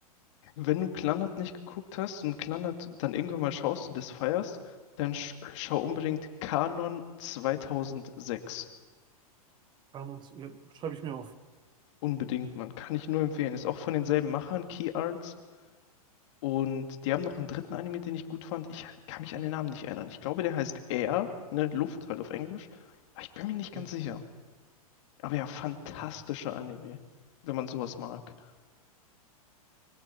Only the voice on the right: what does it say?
Carnox, ja, schreibe ich mir auf.
Ja,
okay.